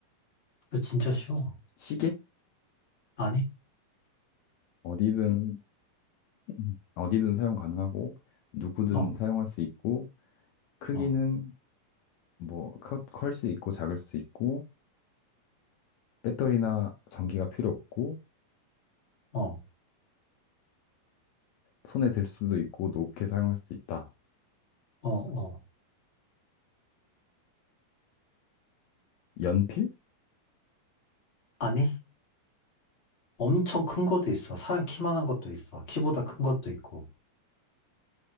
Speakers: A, on the left (about 25°); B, on the left (about 85°).
A: 이 진짜 쉬워.
B: 시계?
A: 아니?
B: 어디든 음. 어디든 사용 가능하고 누구든
A: 어,
B: 사용할 수 있고 크기는
A: 어,
B: 뭐 클 수 있고 작을 수도 있고 배터리나 전기가 필요 없고
A: 어,
B: 손에 들 수도 있고 높게 사용할 수도 있다.
A: 어, 어.
B: 연필?
A: 아니? 엄청 큰 것도 있어. 사람 키만한 것도 있어. 키보다 큰 것도 있고.